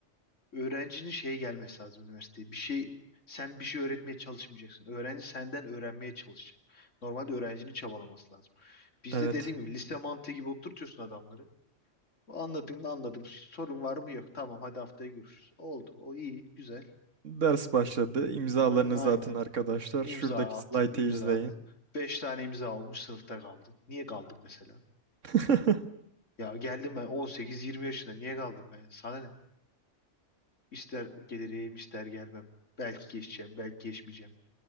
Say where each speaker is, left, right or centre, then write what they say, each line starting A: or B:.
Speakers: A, on the left; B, on the right.
A: öğrencinin şeye gelmesi lazım üniversiteye. Bir şey sen bir şey öğretmeye çalışmayacaksın. Öğrenci senden öğrenmeye çalışacak. Normalde öğrencinin çabalaması lazım. Bizde
B: Evet.
A: dediğim gibi liste mantığı gibi oturtuyorsun adamları. Anladın mı anladın. Sorun var mı yok. Tamam hadi haftaya görüşürüz. Oldu. O iyi. Güzel.
B: Ders başladı. İmzalarınızı
A: Hı, aynen.
B: atın arkadaşlar.
A: İmza
B: Şuradaki
A: at.
B: slaytı
A: imza
B: izleyin.
A: at. Beş tane imza olmuş sınıfta kaldın. Niye kaldın mesela?
B: <laughs>
A: Ya geldim ben 18-20 yaşında. Niye kaldım ben? Sana ne? İster gelirim, ister gelmem. Belki geçeceğim, belki geçmeyeceğim.